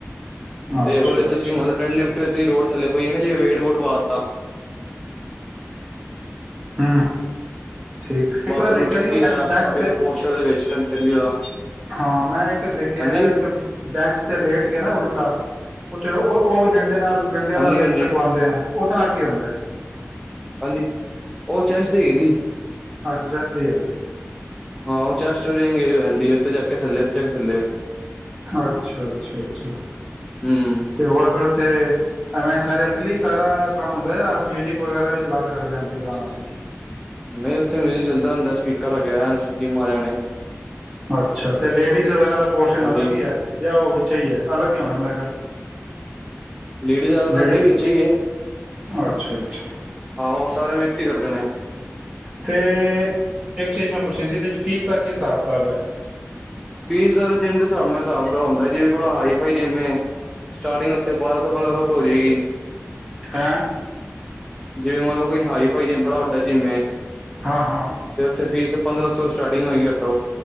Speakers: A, on the right (about 25°); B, in the centre.
A: ਅੱਛਾ
B: ਤੇ ਉਦੇ
A: ਅੱਛਾ
B: ਤੁਸੀਂ ਮਤਲਬ ਡੈਡਲਿਫਟ ਚ ਰੋਡ। ਚੱਲੇ ਪਈ ਆ ਨੇ ਜਿਵੇਂ ਵੇਟ ਵੂਟ ਪਾ
A: ਹੂੰ ਠੀਕ
B: ਬਸ
A: ਇੱਕ ਮੈਂ ਦੇਖਿਆ
B: ਉਹਨੂੰ ਚੱਕੀ
A: ਜੀ ਉਹ ਬੈਂਚ
B: ਦਾ
A: ਬੈਂਚ ਤੇ
B: ਇੱਕ ਪੋਸਚਰ ਦੇ ਵਿੱਚ ਚੰਗੀ ਤਰ੍ਹਾਂ
A: ਹਾਂ ਮੈਂ ਇੱਕ ਦੇਖਿਆ
B: ਹਾਂਜੀ,
A: ਇੱਕ ਬੈਂਚ ਤੇ ਲੇਟ ਕੇ ਨਾ ਉਲਟਾ। ਉੱਥੇ ਉਹ ਉਹ-ਉਹ ਵੀ ਡੰਡੇ ਨਾਲ। ਡੰਡੇ ਵਾਲਾ
B: ਹਾਂਜੀ,
A: ਵੇਟ
B: ਹਾਂਜੀ,
A: ਚੁਕਵਾਉਂਦੇ ਆ ਉਹਦੇ ਨਾਲ ਕੀ ਹੁੰਦਾ ਹੈ।
B: ਹਾਂਜੀ ਉਹ ਚੈਸਟ <unintelligible> ਹੀ। <unintelligible>
A: ਚੈਸਟ ਦੀ ਹੈ ਅੱਛਾ ਅੱਛਾ-ਅੱਛਾ
B: ਹੂੰ
A: ਤੇ <unintelligible> ਤੇ। ਐਵੇਂ ਸਾਰੇ <unintelligible> ਸਾਰਾ ਕੰਮ ਹੁੰਦਾ ਜਾ ਮਿਊਜਿਕ ਵਗੈਰਾ ਚਲਾ ਕੇ ਰੱਖਦੇ ਆ ਜਿੰਮਾ ਵਾਸਤੇ।
B: ਨਹੀਂ ਉੱਥੇ ਮਿਊਜਿਕ ਚੱਲਦਾ ਰਹਿੰਦਾ ਸਪੀਕਰ ਰੱਖਿਆ ਜਿਮ ਵਾਲਿਆਂ ਨੇ।
A: ਅੱਛਾ ਤੇ ਲੇਡੀਜ ਵਗੈਰਾ ਦਾ ਪੋਰਸ਼ਨ
B: ਹਾਂਜੀ
A: ਅਲੱਗ ਹੀ ਹੈ ਜਾਂ ਉਹ ਵਿੱਚੇ ਹੀ ਹੈ ਅਲੱਗ ਕੀ ਆਉਣਾ ਮੇਰੇ ਖਿਆਲ।
B: ਲੇਡੀਜ਼ ਵਾਲਾ ਤਾਂ
A: ਲੇਡੀਜ
B: ਨਹੀਂ ਵਿੱਚ ਹੀ ਹੈ
A: ਅੱਛਾ-ਅੱਛਾ।
B: ਹਾਂ ਉਹ ਸਾਰੇ ਮਿਕਸ ਹੀ ਕਰਦੇ ਨੇ
A: ਤੇ ਇੱਕ ਚੀਜ਼ ਮੈਂ ਪੁੱਛਣੀ ਸੀ ਇਹਦੇ ਵਿੱਚ ਫੀਸ ਉਹਦਾ ਕੀ ਹਿਸਾਬ ਕਿਤਾਬ ਏ।
B: ਫੀਸ ਜਿਮ ਦੇ ਹਿਸਾਬ ਨਾਲ ਹਿਸਾਬ ਹੁੰਦਾ ਜੀਵੇ ਥੋੜਾ ਹਾਈ ਫਾਈ ਜਿਮ ਏ ਸਟਾਰਟਿੰਗ ਉੱਥੇ ਬਾਰਾਂ ਸੌ ਪੰਦਰਾਂ ਸੌ ਤੋਂ ਹੋ ਜਾਏਗੀ।
A: ਹੈਂ।
B: ਜਿਵੇਂ ਮੰਨਲਓ ਕੋ ਹਾਈ ਫਾਈ ਜਿਮ ਬੜਾ ਵੱਡਾ ਜਿਮ ਏ
A: ਹਾਂ ਹਾਂ
B: ਉਥੇ ਫੀਸ ਪੰਦਰਾਂ ਸੋ ਕਦੋਂ ਸਟਾਰਟਿੰਗ ਹੋਈ ਏ।